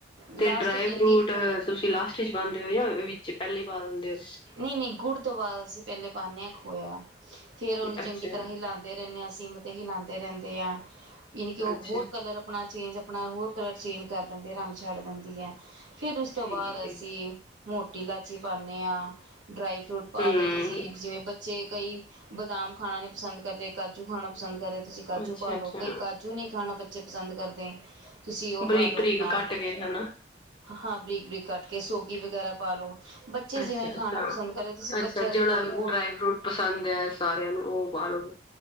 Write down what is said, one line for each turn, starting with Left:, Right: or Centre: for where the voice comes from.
Right: ਲਾਸਟ
Left: ਤੇ ਡਰਾਈ
Right: 'ਚ ਯਾਨੀ
Left: ਫਰੂਟ
Right: ਕਿ
Left: ਤੁਸੀਂ ਲਾਸਟ ਚ ਪਾਉਂਦੇ ਹੋ ਜਾਂ ਵਿੱਚ ਪਹਿਲੇ ਪਾਲਦੇ ਹੋ,
Right: ਨਈ, ਨਈ ਗੁੜ ਤੋਂ ਬਾਦ ਅਸੀਂ ਪਹਿਲੇ ਪਾਨੇ ਖੋਆ ਫੇਰ ਉਹਨੂੰ ਚੰਗੀ
Left: ਅੱਛਾ
Right: ਤਰ੍ਹਾਂ ਹਿਲਾਂਦੇ ਰੈਨੇਆਂ। ਸਿਮ ਤੇ ਹਿਲਾਂਦੇ ਰਹਿੰਦੇ ਆ। ਇਹਨੀ ਕਿ ਉਹ,
Left: ਅੱਛਾ
Right: ਹੋਰ ਕਲਰ ਅਪਣਾ ਚੇਂਜ ਅਪਨਾ ਹੋਰ ਕਲਰ ਚੇਂਜ ਕਰ ਦਿੰਦੇ ਐ, ਰੰਗ ਛੱਡ ਦਿੰਦੀ ਐ। ਫੇਰ ਉਸ ਤੋਂ
Left: ਠੀਕ
Right: ਬਾਦ ਅਸੀਂ
Left: ਹੈ
Right: ਮੋਟੀ ਇਲਾਚੀ ਪਾਨੇ ਆਂ। ਡਰਾਈ-ਫਰੂਟ ਪਾ
Left: ਹੂੰ
Right: ਲੋ ਤੁਸੀ, ਜਿਵੇਂ ਬੱਚੇ ਕਈ ਬਦਾਮ ਖਾਣਾ ਨੀ ਪਸੰਦ ਕਰਦੇ, ਕਾਜੂ ਖਾਣਾ ਪਸੰਦ ਕਰੇ। ਤੁਸੀਂ ਕਾਜੂ
Left: ਅੱਛਾ
Right: ਪਾ ਲੋ,
Left: ਅੱਛਾ
Right: ਕੋਈ ਕਾਜੂ ਨੀ ਖਾਣਾ ਬੱਚੇ ਬੱਚੇ ਪਸੰਦ ਕਰਦੇ। ਤੁਸੀ ਓ
Left: ਬਰੀਕ
Right: ਪਾ ਲੋ
Left: ਬਰੀਕ
Right: ਆਪਨਾ
Left: ਕੱਟ ਕੇ ਹਨਾ
Right: ਹਾਂ, ਬਰੀਕ-ਬਰੀਕ ਕੱਟ ਫੇਰ ਸੋਗੀ ਵਗੈਰਾ ਪਾ ਲੋ। ਬੱਚੇ ਜਿਵੇਂ
Left: ਅੱਛਾ
Right: ਖਾਣਾ
Left: ਅੱਛਾ
Right: ਪਸੰਦ ਕਰਦੇ ਤੁਸੀਂ ਬੱਚਿਆਂ
Left: ਅੱਛਾ, ਜੇੜਾ
Right: ਦੇ ਅਕੋਰਡਿੰਗ ਹੋਰ
Left: ਡਰਾਈ-ਫਰੂਟ ਪਸੰਦ ਐ ਸਾਰਿਆਂ ਨੂੰ ਓ ਪਾਲੋ,